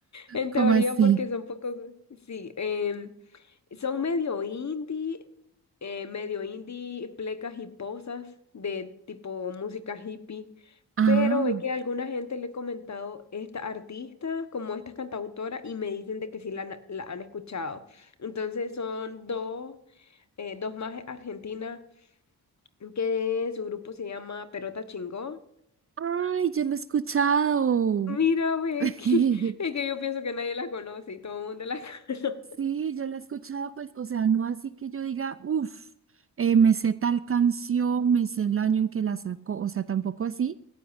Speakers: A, on the left; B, on the right.
A: En
B: ¿cómo
A: teoría
B: así?
A: porque son poco, sí, em, son medio indie, eh, medio indie, plecas y posas de tipo música hippie,
B: Ah,
A: pero es que a alguna gente le he comentado esta artista como esta cantautora y me dicen de que sí la, han- la han escuchado. Entonces son dos eh, dos más argentinas, que su grupo se llama Perota Chingó.
B: ay, yo lo he escuchado.
A: Mira, Becky,
B: <laughs>
A: <laughs> es que yo pienso que nadie las conoce y todo el mundo las <laughs> conoce.
B: Sí, yo la he escuchado, pues, o sea, no así que yo diga, uff, me sé tal canción, me sé el año en que la sacó, o sea, tampoco así,